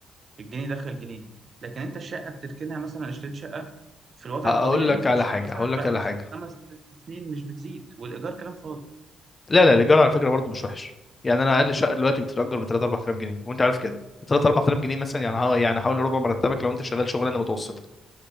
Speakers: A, on the right; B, on the left.
A: الجنيه دخل جنيه لكن انت الشقه بتركنها مثلا اشتريت شقه في الوضع
B: هقول
A: الطبيعي
B: لك على
A: الشقه
B: حاجه
A: مثلا
B: هقول
A: بعد
B: لك على
A: خ-
B: حاجه
A: خمس ست سنين مش بتزيد والايجار كلام فاضي
B: لا لا الايجار على فكره برضو مش وحش يعني انا اقل شقه دلوقتي بتتاجر ب 3 4000 جنيه وانت عارف كده 3 4000 جنيه مثلا يعني هو يعني حوالي ربع مرتبك لو انت شغال شغلانه متوسطه